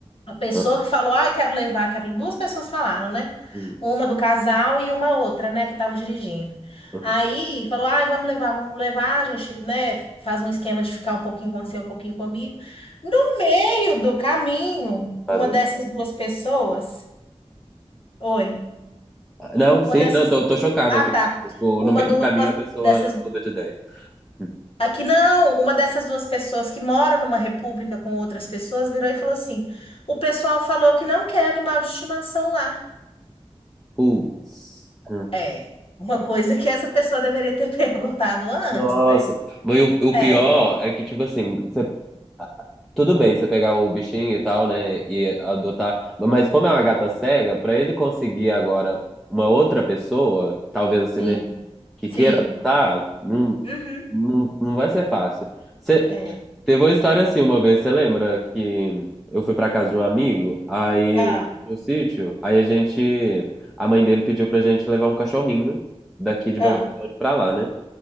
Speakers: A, on the left; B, in the centre.
A: A pessoa
B: Ah,
A: que falou, ai, quero levar, quero. Duas pessoas falaram, né?
B: hum,
A: Uma do casal e uma outra, né, que tava dirigindo.
B: uhum.
A: Aí falou, ai, vamos levar, vamos levar. A gente, né, faz um esquema de ficar um pouquinho com você, um pouquinho comigo. No meio do caminho, uma
B: Ah, meu
A: dessas
B: Deus.
A: duas pessoas. Oi.
B: Ah, Não, sim,
A: Uma dessas.
B: não, tô, tô chocado
A: Ah,
B: aqui.
A: tá.
B: O-
A: Uma
B: No meio
A: duas
B: do caminho a pessoa
A: dessas.
B: muda de ideia. Hum.
A: Aqui não, uma dessas duas pessoas que mora numa república com outras pessoas virou e falou assim: o pessoal falou que não quer animal de estimação lá.
B: Putz. Hum.
A: É, uma coisa que essa pessoa deveria ter <laughs> perguntado antes,
B: Nossa.
A: né?
B: Mas o, o
A: É,
B: pior é que, tipo assim, você, ah, tudo bem você pegar o bichinho e tal, né, e adotar, mas como é uma gata cega, pra ele conseguir agora uma outra pessoa, talvez assim,
A: sim,
B: né, que
A: sim.
B: queira adotar, não,
A: Uhum,
B: não, não vai ser fácil. Você,
A: é.
B: teve uma história assim uma vez, você lembra que eu fui pra casa de um amigo, aí
A: Ah,
B: no sítio, aí a gente, a mãe dele pediu pra gente levar um cachorrinho daqui de
A: ah,
B: Belo Horizonte pra lá, né?